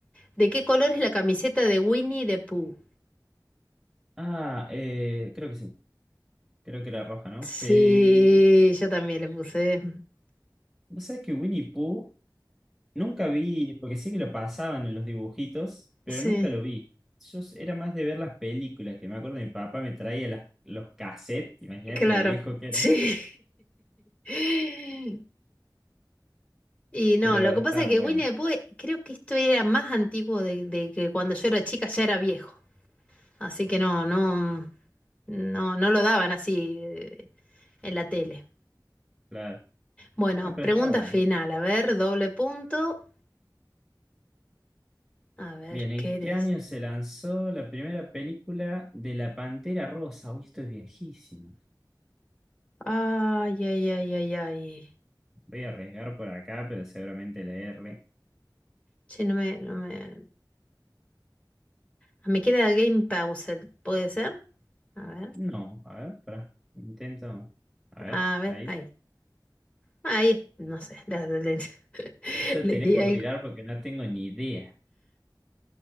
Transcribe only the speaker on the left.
¿De qué color es la camiseta de Winnie the Pooh?
Sí,
yo también le puse.
Sí,
claro.
Sí.
<laughs> Y no,
lo que
pasa es que
Winnie the Pooh, eh, creo que esto era más antiguo de, de que cuando yo era chica ya era viejo. Así que no, no, no, no lo daban así eh, en la tele.
Bueno,
pregunta
final. A ver, doble punto. A ver,
¿qué eres?
Ay, ay, ay, ay, ay.
Che, no me, no me, Ah, Me queda Game Paused, ¿puede ser? A ver,
a ver,
ahí. Ahí, no sé, le, le- <laughs>
le
di
algo.